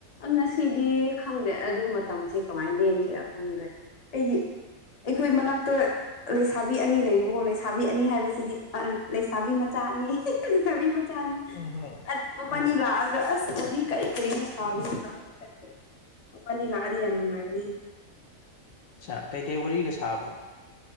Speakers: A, on the left; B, on the left.
A: ꯉꯁꯤꯗꯤ ꯈꯪꯗ꯭ꯔꯦ ꯑꯗꯨ ꯃꯇꯝꯁꯦ ꯀꯃꯥꯏꯅ ꯂꯦꯟꯁꯤ ꯈꯪꯗ꯭ꯔꯦ ꯑꯩꯒꯤ ꯑꯩꯈꯣꯏ ꯃꯅꯥꯛꯇ ꯂꯩꯁꯥꯕꯤ ꯑꯅꯤ ꯂꯩꯌꯦꯕꯀꯣ ꯂꯩꯁꯥꯕꯤ ꯑꯅꯤ ꯍꯥꯏꯕꯁꯤꯗꯤ ꯂꯩꯁꯥꯕꯤ ꯃꯆꯥ ꯑꯅꯤ ꯂꯩꯁꯥꯕꯤ ꯆ ꯑꯃꯄꯅꯤ
B: ꯎꯝ ꯎꯝ
A: ꯂꯥꯒ ꯑꯁ ꯑꯣꯅꯤ ꯀꯔꯤ ꯀꯔꯤ ꯁꯃꯤ ꯆꯠꯈ꯭ꯔꯦ ꯃꯕꯥꯅꯤ ꯂꯥꯛꯑꯗꯤ ꯌꯥꯝ ꯅꯨꯡꯉꯥꯏꯕꯅꯦꯍꯦ
B: ꯑ ꯀꯩꯀꯩ ꯋꯥꯔꯤꯒ ꯁꯥꯕ꯭ꯔꯣ